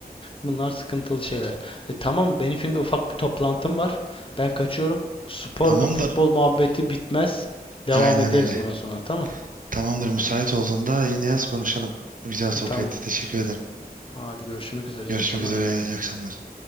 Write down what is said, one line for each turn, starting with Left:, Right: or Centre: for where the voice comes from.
Left: bunlar sıkıntılı şeyler. E, tamam benim şimdi ufak bir toplantım var. Ben kaçıyorum. Spor
Right: Tamamdır.
Left: ve futbol muhabbeti bitmez. Devam
Right: Aynen
Left: ederiz
Right: öyle.
Left: buna sonra tamam.
Right: Tamamdır. Müsait olduğunda yine yaz konuşalım. Güzel sohbetti.
Left: Tamam.
Right: Teşekkür ederim.
Left: Hadi görüşmek üzere.
Right: Görüşmek
Left: İyi akşamlar.
Right: üzere. İyi akşamlar.